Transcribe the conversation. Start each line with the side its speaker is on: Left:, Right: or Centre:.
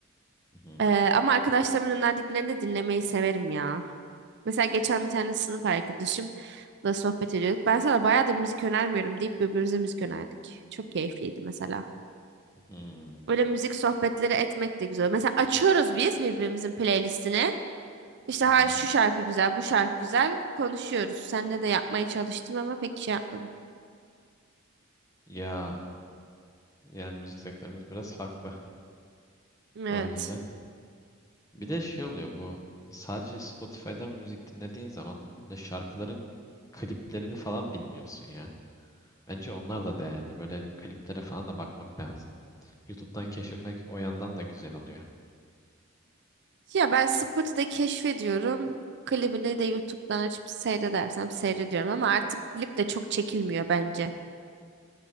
Left: Hı hı.
Right: Ee, ama arkadaşlarımın önerdiklerini de dinlemeyi severim ya. Mesela geçen bir tane sınıf arkadaşımla sohbet ediyorduk. Ben sana bayağıdır müzik önermiyorum deyip birbirimize müzik önerdik. Çok keyifliydi mesela.
Left: Hmm,
Right: Öyle müzik sohbetleri etmek de güzel. Mesela açıyoruz biz birbirimizin playlistini. İşte
Left: Hı
Right: ha
Left: hı.
Right: şu şarkı güzel, bu şarkı güzel konuşuyoruz. Seninle de yapmaya çalıştım ama pek şey yapmadım.
Left: Ya yani müzik zevklerimiz biraz farklı.
Right: Evet.
Left: O yüzden. Bir de şey oluyor bu sadece Spotify'dan müzik dinlediğin zaman bir de şarkıların kliplerini falan bilmiyorsun ya. Bence onlar da değerli. Böyle kliplere falan da bakmak lazım. YouTube'dan keşfetmek o yandan da güzel oluyor.
Right: Ya ben Spotify'da keşfediyorum. Klibini de YouTube'dan açıp seyredersem seyrediyorum ama artık klip de çok çekilmiyor bence.